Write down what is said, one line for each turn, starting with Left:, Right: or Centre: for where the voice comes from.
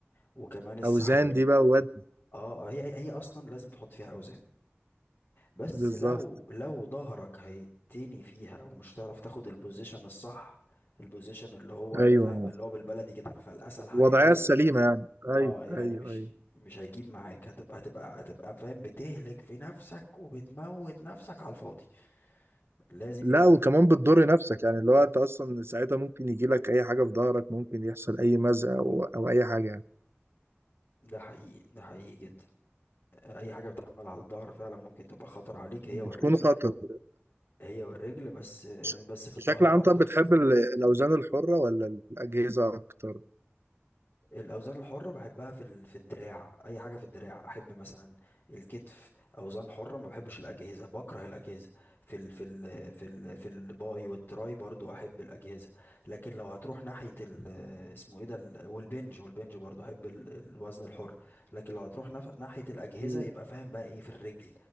Left: وكمان السحب
Right: اوزان
Left: ال...
Right: دي بقى واد
Left: اه هي هي اصلا لازم تحط فيها اوزان بس
Right: بالظبط
Left: لو لو ظهرك هيتني فيها ومش هتعرف تاخد البوزيشن الصح البوزيشن اللي هو الفهم
Right: ايوه
Left: اللي هو بالبلدي كده الفلقسه الحقيقيه
Right: الوضعيه السليمه يعني ايوه
Left: اه يعني
Right: ايوه
Left: مش
Right: ايوه
Left: مش هيجيب معاك هتبقى هتبقى هتبقى فاهم بتهلك في نفسك وبتموت نفسك على الفاضي لازم
Right: لا
Left: يبقى
Right: وكمان
Left: في
Right: بتضر نفسك يعني اللي هو انت اصلا ساعتها ممكن يجي لك اي حاجه في ظهرك ممكن يحصل اي مزق او او اي حاجه يعني
Left: ده حقيقي ده حقيقي جدا اي حاجه بتحمل على الظهر فعلا ممكن تبقى خطر عليك هي
Right: بتكون
Left: والرجل
Right: خطر
Left: هي والرجل بس
Right: بش-
Left: بس في الظهر
Right: بشكل عام
Left: اكتر
Right: طب بتحب ال- الأوزان الحرة ولا الأجهزة أكتر؟
Left: الاوزان الحره بحبها في ال- في الدراع اي حاجه في الدراع احب مثلا الكتف اوزان حره ما بحبش الاجهزه بكره الاجهزه في ال في ال في ال في الباي والتراي برضو احب الاجهزه لكن لو هتروح ناحيه ال اسمه ايه ده ال- والبنج والبنج برضو احب ال- الوزن الحر لكن لو هتروح نف- ناحيه الاجهزه
Right: مم.
Left: يبقى فاهم بقى ايه في الرجل